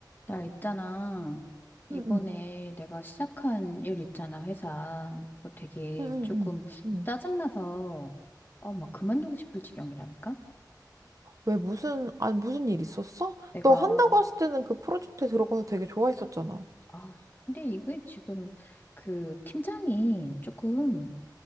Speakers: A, on the left (about 25°); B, on the right (about 50°).
A: 나 있잖아. 이번에
B: 응응
A: 내가 시작한 일 있잖아, 회사. 그거 되게
B: 응응응
A: 조금
B: 응. 응, 응. 응.
A: 짜증나서, 어, 막 그만두고 싶을 지경이라니까?
B: 왜 무슨 아니 무슨 일 있었어?
A: 내가,
B: 너 한다고 했을 때는 그 프로젝트에 들어가서 되게 좋아했었잖아.
A: 아, 근데 이게 지금 그 팀장이 조금